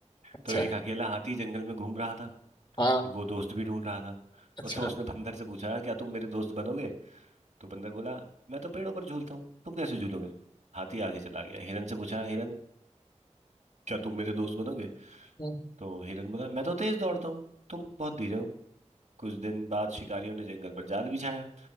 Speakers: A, on the left; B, on the right.
A: अच्छा
B: तो एक
A: है
B: अकेला हाथी जंगल में घूम रहा था
A: हाँ
B: वो दोस्त भी ढूंढ रहा था
A: अच्छा
B: और तो उसने बंदर से पूछा क्या तुम मेरे दोस्त बनोगे तो बंदर बोला मैं तो पेड़ों पर झूलता हूँ तुम कैसे झूलोगे हाथी आगे चला गया हिरन से पूछा हिरन क्या तुम मेरे दोस्त बनोगे
A: हम्म,
B: तो हिरन बोला मैं तो तेज दौड़ता हूँ तुम बहुत धीरे हो कुछ दिन बाद शिकारियों ने जंगल पर जाल बिछाया